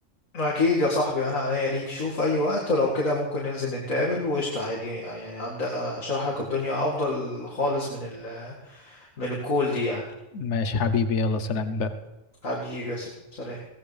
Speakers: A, on the left; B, on the left.
A: اكيد يا صاحبي انا عينيا ليك شوف اي وقت ولو كده ممكن ننزل نتقابل وقشطة عادي يعني ابدا اشرح لك الدنيا افضل خالص من ال من الكول دي يعني
B: ماشي حبيبي يلا سلام
A: حبيبي بس سلام